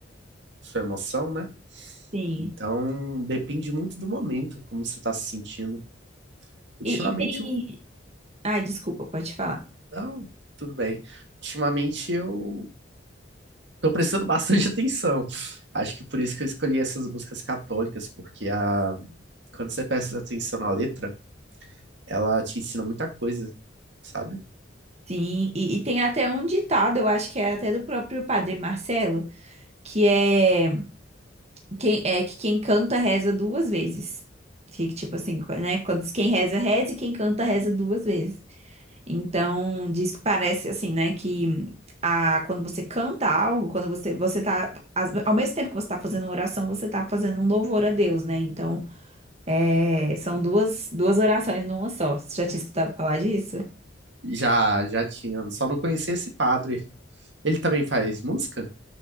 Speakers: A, on the right (about 65°); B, on the right (about 35°).
A: sua emoção, né?
B: sim.
A: Então depende muito do momento, como você tá se sentindo. Ultimamente,
B: E, e tem.
A: eu-
B: Ai, desculpa, pode falar.
A: não, tudo bem. Ultimamente eu tô prestando bastante <laughs> atenção. Acho que por isso que eu escolhi essas músicas católicas, porque a, quando você presta atenção na letra, ela te ensina muita coisa, sabe?
B: Sim, e, e tem até um ditado, eu acho que é até do próprio Padre Marcelo, que é. Quem, é que quem canta reza duas vezes. Fica tipo assim, né? Quando diz quem reza, reza e quem canta reza duas vezes. Então, diz que parece assim, né? Que a, quando você canta algo, quando você, você tá. as- Ao mesmo tempo que você tá fazendo uma oração, você tá fazendo um louvor a Deus, né? Então, é, são duas, duas orações numa só. Você já tinha escutado falar disso?
A: Já, já tinha. Só não conhecia esse padre. Ele também faz música?